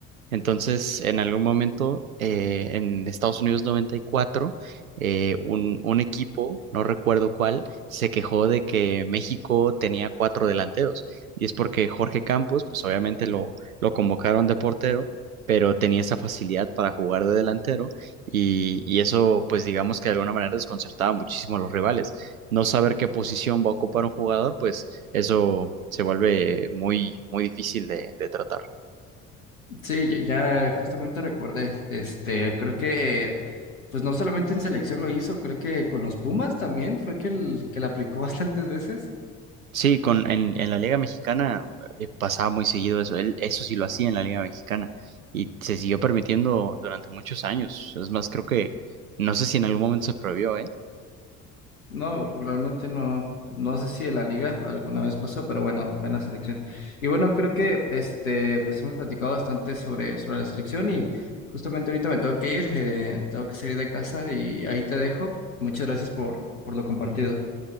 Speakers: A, on the right (about 85°); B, on the left (about 80°).
A: Entonces, en algún momento, eh, en Estados Unidos 94, eh, un, un equipo, no recuerdo cuál, se quejó de que México tenía cuatro delanteros. Y es porque Jorge Campos, pues obviamente lo, lo convocaron de portero, pero tenía esa facilidad para jugar de delantero y, y eso, pues digamos que de alguna manera desconcertaba muchísimo a los rivales. No saber qué posición va a ocupar un jugador, pues eso se vuelve muy, muy difícil de de tratar.
B: Sí, ya, ya justamente recordé, este, creo que, eh, pues no solamente en selección lo hizo, creo que con los Pumas también fue que, el, que la aplicó <laughs> bastantes veces.
A: Sí, con, en, en la Liga Mexicana eh, pasaba muy seguido eso. Él- eso sí lo hacía en la Liga Mexicana y se siguió permitiendo durante muchos años. Es más, creo que no sé si en algún momento se prohibió, ¿eh?
B: No, realmente no, no sé si en la liga alguna vez pasó, pero bueno, fue en la selección. Y bueno, creo que, este, pues hemos platicado bastante sobre, sobre la selección y justamente ahorita me tengo que ir, eh, tengo que salir de casa y ahí te dejo. Muchas gracias por, por lo compartido.